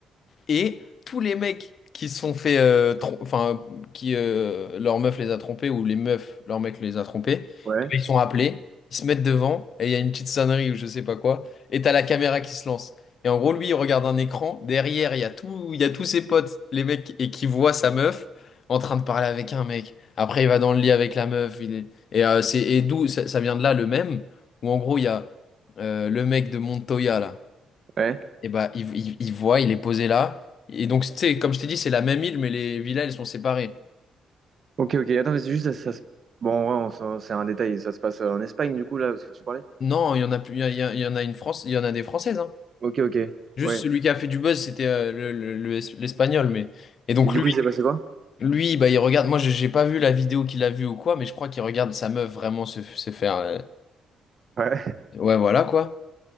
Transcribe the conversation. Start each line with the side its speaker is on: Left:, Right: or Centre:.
Left: Et tous les mecs qui se sont fait, euh, trom- enfin, qui euh, leur meuf les a trompés ou les meufs, leur mec les a trompés,
Right: Ouais.
Left: et puis ils sont appelés, ils se mettent devant et il y a une petite sonnerie ou je sais pas quoi, et t'as la caméra qui se lance. Et en gros, lui, il regarde un écran, derrière, il y a tout, il y a tous ses potes, les mecs, et qui voit sa meuf en train de parler avec un mec. Après, il va dans le lit avec la meuf. il est- Et, euh, c'est, et d'où ça, ça vient de là, le même, où en gros, il y a euh, le mec de Montoya, là.
Right: Ouais.
Left: Et bah, il, il, il voit, il est posé là. Et donc, tu sais, comme je t'ai dit, c'est la même île, mais les villas, elles sont séparées.
Right: Ok, ok. Attends, mais c'est juste, ça, ça se- Bon, ouais, on s'en- c'est un détail. Ça se passe en Espagne, du coup, là, parce que tu parlais.
Left: Non, il y en a plus, il y, a- il y en a une France, il y en a des Françaises, hein.
Right: Ok, ok.
Left: Juste
Right: Ouais.
Left: celui qui a fait du buzz, c'était euh, le, le- le es- l'Espagnol, mais. Et donc,
Right: Et du
Left: lui,
Right: coup, il s'est passé quoi?
Left: lui, bah, il regarde. Moi, j'ai j'ai pas vu la vidéo qu'il a vue ou quoi, mais je crois qu'il regarde sa meuf vraiment se, se faire. euh,
Right: Ouais,
Left: Ouais, voilà, quoi.